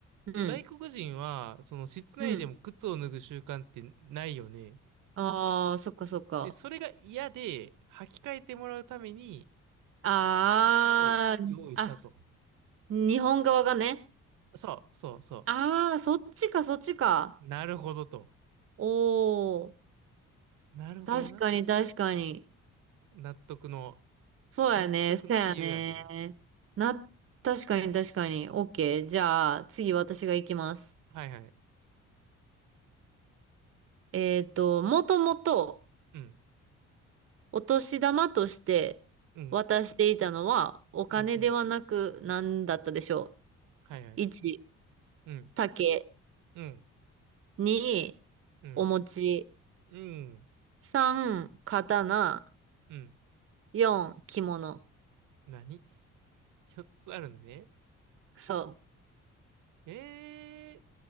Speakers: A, on the right; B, on the right.
A: うん。
B: 外国人はその室内でも靴を脱ぐ習慣ってないよね。
A: うん。ああ、そっかそっか。
B: で、それが嫌で履き替えてもらうために
A: ああ、
B: スリッパを用意したと。
A: あ、日本側がね。
B: そうそうそ
A: ああ、そっちかそっちか。
B: う。なるほどと。
A: おお。
B: なるほどな。
A: 確かに確かに。
B: 納得の、
A: そうやね。
B: 納得の理由やね。
A: そうやね。な、確かに確かに。オッケー。じゃあ、次私が行きます。
B: はいはい。
A: えっと、もともと
B: うん、
A: お年玉として渡していたのはお金ではなく何だったでしょ
B: うん、うん、うん。はいはい。
A: う。1、
B: うん
A: 竹。
B: うん、
A: 2、
B: うん、
A: お餅。
B: うん、
A: 3、刀。
B: うん。
A: 4、着物。
B: 何 ?4 <laughs> つあるね。
A: そ
B: えー、